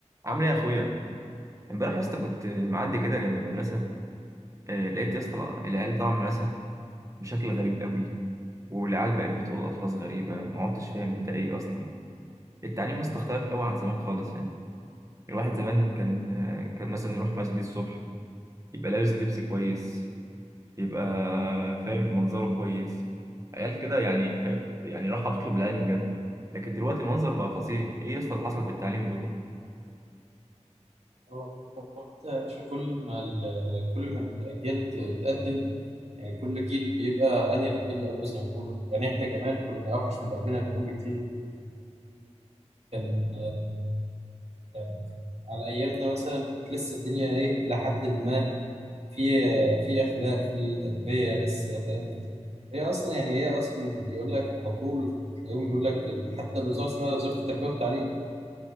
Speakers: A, on the right; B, on the right.
A: عامل ايه يا اخويا امبارح يا اسطى كنت معدي كده جنب المدرسه آه، لقيت يا اسطى العيال طالعه من المدرسه بشكل غريب قوي والعيال بقت بتقول الفاظ غريبه ما عدتش فاهم ده ايه اصلا التعليم يا اسطى اختلف قوي عن زمان خالص يعني الواحد زمان كان آه، كان مثلا يروح مسجد الصبح يبقى لابس لبس كويس يبقى فاهم منظره كويس عيال كده يعني فاهم يعني راح تطلب العلم بجد لكن دلوقتي المنظر بقى فظيع ايه يا اسطى اللي حصل في التعليم ده
B: هو انت يا باشا كل ما ال- كل ما الاجيال ت- تقدم يعني كل جيل بيبقى انهي من الجيل اللي قبله زي ما بيقولوا يعني احنا كمان كنا اوحش من اللي قبلنا كمان بكتير كان يعني على ايامنا مثلا كانت لسه الدنيا ايه لحد ما في في اخلاق في تربيه لسه فاهم هي اصلا يعني هي اصلا بيقول لك على طول اليوم بيقول لك حتى الوزاره اسمها وزاره التربيه والتعليم